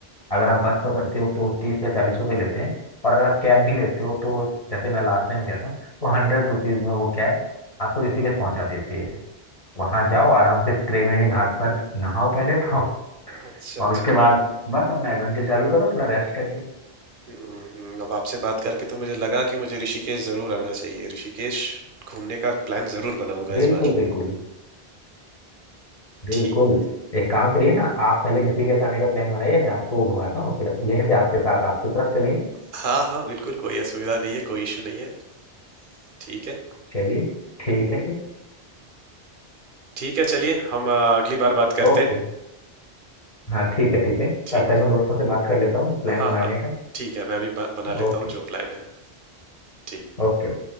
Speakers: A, on the left; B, on the right.
A: अगर आप बस पकड़ते हो तो तीस या चालीस रुपए लेते हैं और अगर आप कैब भी लेते हो तो जैसे मैं लास्ट टाइम गया था तो हंड्रेड रुपीज में वो कैब आपको ऋषिकेश पहुंचा देती है वहां जाओ आराम से त्रिवेणी घाट पर नहाओ पहले तो
B: अच्छा अच्छा
A: और उसके बाद बस अपना एडवेंचर चालू करो थोड़ा रेस्ट करके
B: हम्म, हम्म, अब आपसे बात करके तो मुझे लगा कि मुझे ऋषिकेश जरूर आना चाहिए ऋषिकेश घूमने का प्लान जरूर बनाऊंगा
A: बिल्कुल
B: इस बार
A: बिल्कुल बिल्कुल
B: ठीक
A: एक काम करिए ना आप पहले ऋषिकेश आने का प्लान बनाइए मैं आपको घुमाता हूँ फिर यहीं से आपके साथ आपकी तरफ चलेंगे
B: हाँ हाँ बिल्कुल कोई असुविधा नहीं है कोई इशू नहीं है ठीक है
A: चलिए ठीक है फिर
B: ठीक है चलिए हम अ, अगली बार बात करते
A: ओके
B: हैं
A: हाँ ठीक है ठीक है
B: ठीक
A: तब तक मैं
B: है
A: दोस्तों से बात कर लेता हूँ प्लान
B: हाँ
A: बनाने
B: हाँ
A: का
B: ठीक है मैं भी ब- बना लेता
A: ओके
B: हूँ जो प्लान है ठीक
A: ओके